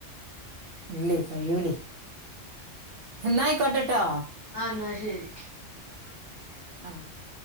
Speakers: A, on the right (about 60°); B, on the left (about 25°).
A: ഇല്ലേയ് കയ്യൂലേയ് ന്ന ആയിക്കോട്ടെട്ടോ
B: ആ ന്നാ ശരി
A: <unintelligible> ആഹ ഓക്കെ